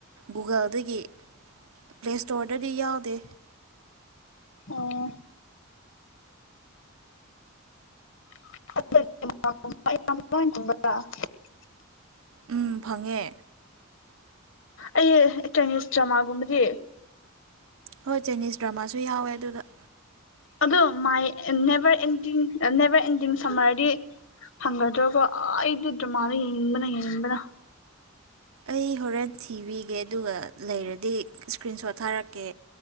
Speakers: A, on the right; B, on the left.
A: ꯒꯨꯒꯜꯗꯒꯤ ꯄ꯭ꯂꯦ ꯁ꯭ꯇꯣꯔꯗꯗꯤ ꯌꯥꯎꯗꯦ
B: ꯑꯣ <unintelligible>
A: ꯎꯝ ꯐꯪꯉꯦ
B: ꯑꯩ ꯆꯥꯏꯅꯤꯁ ꯗ꯭ꯔꯃꯥ ꯒꯨꯝꯕꯗꯤ
A: ꯍꯣꯏ ꯆꯥꯏꯅꯤꯁ ꯗ꯭ꯔꯃꯥꯁꯨ ꯌꯥꯎꯑꯦ ꯑꯗꯨꯗ
B: ꯑꯗꯣ ꯃꯥꯏ ꯅꯦꯚꯔ ꯑꯦꯟꯗꯤꯡ ꯅꯦꯚꯔ ꯑꯦꯟꯗꯤꯡ ꯁꯝꯃꯔꯗꯤ ꯐꯪꯒꯗ꯭ꯔꯣꯀꯣ ꯑꯩꯗꯨ ꯗ꯭ꯔꯃꯥꯗꯣ ꯌꯦꯡꯅꯤꯡꯕꯅ ꯌꯦꯡꯅꯤꯡꯕꯅ
A: ꯑꯩ ꯍꯣꯔꯦꯟ ꯊꯤꯕꯤꯒꯦ ꯑꯗꯨꯒ ꯂꯩꯔꯗꯤ ꯏꯁꯀ꯭ꯔꯤꯟ ꯁꯣꯠ ꯊꯥꯔꯛꯀꯦ